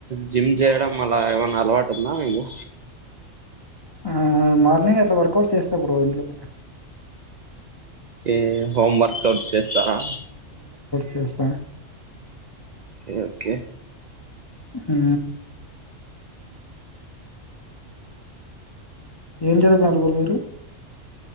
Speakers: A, on the right (about 75°); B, on the left (about 35°).
A: జిమ్ చేయడం అలా ఏమన్ అలవాతుంద మీగు
B: ఆ మార్నింగ్ అట్లా వర్కౌట్స్ చేస్తా బ్రో ఇంట్లనే
A: టే హోమ్ వర్క్ ఔట్ చేస్తారా
B: చేస్త
A: కె ఓకే
B: ఆ ఏం జదుకానరు బొ మీర్ హు